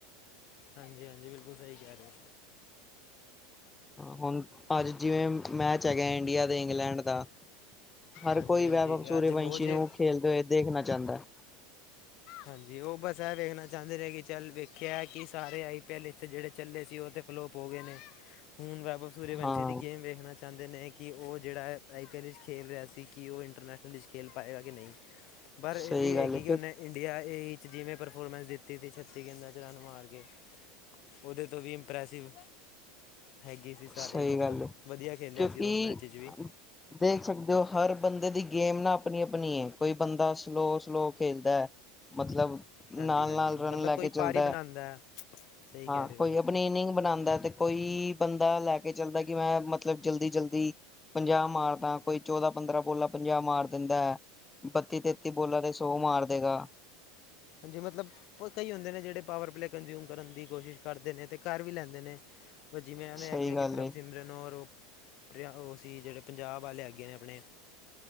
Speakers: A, on the left; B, on the left.
A: ਹਾਂਜੀ ਹਾਂਜੀ ਬਿਲਕੁਲ ਸਹੀ ਕਹਿ ਰਿਹਾ
B: ਹੁਣ ਅੱਜ ਜਿਵੇਂ ਮੈਚ ਹੈਗਾ ਇੰਡੀਆ ਤੇ ਇੰਗਲੈਂਡ ਦਾ ਹਰ
A: ਹਾਂਜੀ
B: ਕੋਈ
A: ਹਾਂਜੀ
B: ਵੈਵ ਸੂਰਵੰਸ਼ੀ
A: ਅੱਜ ਹੋ ਜੇ
B: ਨੂੰ ਖੇਲਦੇ ਹੋਏ ਦੇਖਣਾ ਚਾਹੁੰਦਾ ਹੈ
A: ਹਾਂਜੀ ਉਹ ਬਸ ਇਹ ਵੇਖਣਾ ਚਾਹੁੰਦੇ ਨੇਹੇ ਕਿ ਚੱਲ ਵੇਖਿਆ ਕਿ ਸਾਰੇ ਆਈ ਪੀ ਐਲ ਇਸਥ ਜਿਹੜੇ ਚੱਲੇ ਸੀ ਉਹ ਤੇ ਫਲੋਪ ਹੋ ਗਏ ਨੇ ਹੁਣ ਬਾਬ ਸੂਰਯਵੰਸ਼ੀ
B: ਹਾਂ
A: ਦੀ ਗੇਮ ਵੇਖਣਾ ਚਾਹੁੰਦੇ ਨੇ ਕਿ ਉਹ ਜਿਹੜਾ ਆਈ ਪੀ ਐੱਲ ਵਿੱਚ ਖੇਲ ਰਿਹਾ ਸੀ ਕਿ ਉਹ ਇੰਟਰਨੈਸ਼ਨਲ ਵਿੱਚ ਖੇਲ ਪਾਏਗਾ ਕਿ ਨਹੀਂ ਪਰ
B: ਸਹੀ
A: ਇਹ ਵੀ ਹੈਗੀ
B: ਗੱਲ ਹੈ
A: ਕਿ ਉਹਨੇ ਇੰਡੀਆ ਏ ਈ 'ਚ ਜਿਵੇਂ ਪਰਫੋਰਮੈਂਸ ਦਿੱਤੀ ਸੀ ਛੱਤੀ ਗੇਂਦਾਂ 'ਚ ਰਨ ਮਾਰ ਕੇ ਉਹਦੇ ਤੋਂ ਵੀ ਇੰਪ੍ਰੈਸਿਵ ਹੈਗੀ ਸੀ ਸਾਰੇ
B: ਸਹੀ
A: ਮਤਲਬ
B: ਗੱਲ
A: ਵਧੀਆ ਖੇਲਿਆ
B: ਕਿਉਂਕਿ
A: ਸੀ ਉਸ ਮੈਚ ' ਵੀ
B: ਦੇਖ ਸਕਦੇ ਹੋ ਹਰ ਬੰਦੇ ਦੀ ਗੇਮ ਨਾ ਆਪਣੀ ਆਪਣੀ ਕੋਈ ਬੰਦਾ ਸਲੋਅ ਸਲੋਅ ਖੇਲਦਾ ਹੈ ਮਤਲਬ
A: ਹਾਂਜੀ
B: ਨਾਲ
A: ਹਾਂਜੀ
B: ਨਾਲ ਰਨ
A: ਮਤਲਬ
B: ਲੈ
A: ਕੋਈ
B: ਕੇ ਚੱਲਦਾ
A: ਪਾਰ ਹੀ ਬਣਾਉਂਦਾ
B: ਹੈ
A: ਸਹੀ
B: ਹਾਂ
A: ਕਹਿ ਰਹੇ ਹੋ
B: ਕੋਈ ਪਨੀਨਿੰਗ ਬਣਾਉਂਦਾ ਤੇ ਕੋਈ ਬੰਦਾ ਲੈ ਕੇ ਚਲਦਾ ਕਿ ਮੈਂ ਮਤਲਬ ਜਲਦੀ ਜਲਦੀ ਪੰਜਾਹ ਮਾਰਦਾ ਕੋਈ ਚੌਦਾਂ ਪੰਦਰਾਂ ਪੋਲਾ ਪੰਜਾਹ ਮਾਰ ਦਿੰਦਾ ਹੈ ਬੱਤੀ ਤੇਤੀ ਬੋਲਾਂ ਦੇ ਸੋ ਮਾਰ ਦੇਗਾ
A: ਜੈ ਮਤਲਬ ਕਈ ਹੁੰਦੇ ਨੇ ਜਿਹੜੇ ਪਾਵਰ ਪਲੇ ਕੰਜਿਊਮ ਕਰਨ ਦੀ ਕੋਸ਼ਿਸ਼ ਕਰਦੇ ਨੇ ਤੇ ਘਰ ਵੀ ਲੈਂਦੇ ਨੇ ਭਾਅ ਜਿਵੇਂ ਐਵੇਂ
B: ਸਹੀ
A: ਆਿਆ ਕਿ
B: ਗੱਲ
A: ਪ੍ਰਭ
B: ਹੈ
A: ਸਿਮਰਨ ਔਰ ਉਹ ਉਹ ਸੀ ਜਿਹੜੇ ਪੰਜਾਬ ਆਲੇ ਹੈਗੇ ਨੇ ਆਪਣੇ